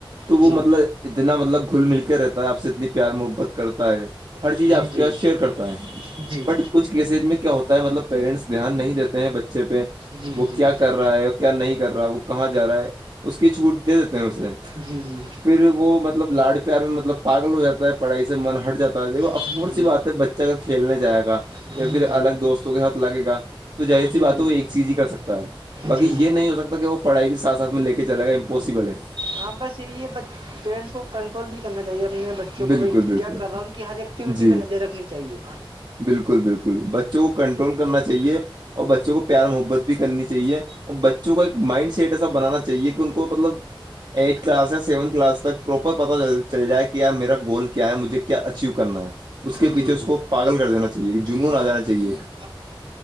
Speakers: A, on the right; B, on the right.
A: تو وہ
B: جی
A: مطلب اتنا مطلب گھل مل کے رہتا ہے آپ سے اتنی پیار محبت کرتا ہے ہر
B: جی
A: چیز آپ
B: جی
A: کے سات شیئر کرتا ہے
B: جی
A: بٹ کچھ کیسج میں کیا ہوتا ہے مطلب پیرنٹس دھیان نہیں دیتے ہیں بچے پہ
B: جی
A: وہ
B: جی
A: کیا کر رہا ہے کیا نہیں کر رہا ہے وہ کہاں جا رہا ہے اس کی چھوٹ دے دیتے ہیں اسے
B: جی جی
A: پھر وہ مطلب لاڈ پیار میں مطلب پاگل ہو جاتا ہے پڑھائی سے من ہٹ جاتا ہے دیکو اف
B: جی
A: کورس
B: جی
A: یہ بات ہے بچہ اگر کھیلنے جائے گا
B: جی
A: یا پھر
B: جی جی
A: الگ دوستوں کے ساتھ لگے گا تو جظیر سی
B: جی
A: بات
B: جی
A: ہے وہ ایک چیز ہی کر سکتا ہے باقی
B: جی جی
A: یہ نہیں ہو سکتا کہ وہ پڑھائی بھی ساتھ سھ میں لے کے چل گا امپوسبل ہے
B: ہاں بس یہی ہے ب پیرنٹس کو کنٹرول بھی کرنا چاہیے اپنے بچ چوںک
A: بالکل
B: بھائی
A: بالکل
B: کیا کر رہا ہ ان کی ہر ایکٹیوٹی
A: جی
B: پہ نظر رکھنی چاہیے
A: بالکل بالکل بچوں کو کنٹرول کرنا چاہیے اور بچوں کو پیار محبت بھی کرنی چاہیے اور بچوں کو ایک مائنڈ سیٹ ایسا بنانا چاہیے چاہے کہ ان کو مطلب ایٹھ کلاس یا سیونھ کلاس تک پروپر پتا چل جائے کہ ی میرا گول کیا ہے مجھے کیا اچیو کرنا ہے اس کے
B: جی
A: پیچھے
B: جی
A: اس کو پاگل کر دینا چاہیے کہ جنون آ جانا چاہیے ایک
B: <unintelligible> جی